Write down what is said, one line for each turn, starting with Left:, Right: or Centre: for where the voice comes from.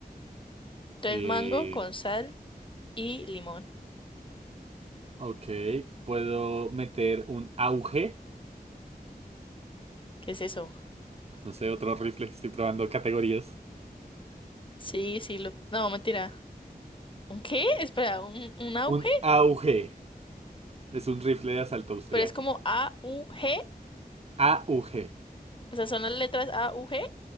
Left: Entonces
Right: Eh,
Left: mango con sal y limón.
Right: ok, ¿puedo meter un auge?
Left: ¿Qué es eso?
Right: No sé, otro rifle. Estoy probando categorías.
Left: Sí, sí, lo... No, mentira. ¿Un qué? Espera, ¿un, un auge?
Right: Un AUG. Es un rifle de asalto austriaco.
Left: Pero es como A-U-G.
Right: AUG.
Left: O sea, son las letras A-U-G.